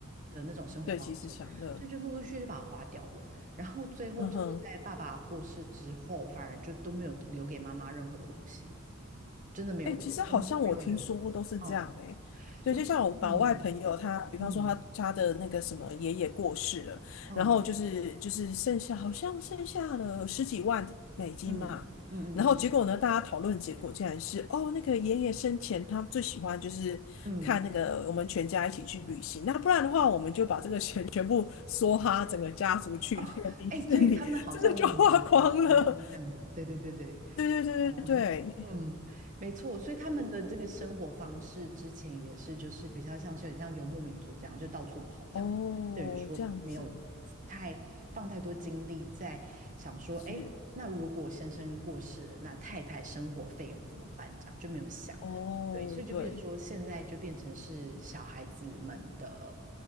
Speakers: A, on the right; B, on the left.
A: 的那种生活方式，
B: 对，其时享乐，
A: 所以就陆陆续续就把它花掉了，然后最后就是在爸爸过世之后，
B: 嗯哼。
A: 反而就都没有留给妈妈任何的东西。真的没有留，
B: 哎、欸其实好像我听说都是这样哎、
A: 什么都没有留。哦，
B: 欸对，
A: 我嗯
B: 就像我老外朋友他，比方说他他的那个什么爷爷过世了，
A: 嗯哦
B: 然后就是就是剩下好像剩下了十几万美金嘛，
A: 嗯嗯嗯嗯
B: 然后结果呢，大家讨论结果竟然是哦，那个爷爷生前他最喜欢就是看那个我们全家一起去旅行，
A: 嗯
B: 那不然的话我们就把这个钱 <laughs> 全部梭哈整个家族去那个迪士尼，
A: 哦，哎，对他们好像我也蛮蛮蛮这样的，
B: 真的就花光了。
A: 对对对对，
B: <laughs> 对对对对对，
A: 哦，<laughs> 嗯，没错，所以他们的这个生活方式之前也是，就是比较像是很像游牧民族这样，就到处跑这样，
B: 哦，
A: 等于说没有太放太多精力在想说，
B: 这样子是
A: 哎，那如果先生过世了，那太太生活费用怎么办？这样就没有想，
B: 哦，
A: 对，所以就变成说，
B: 对，
A: 现在就变成是小孩子们的，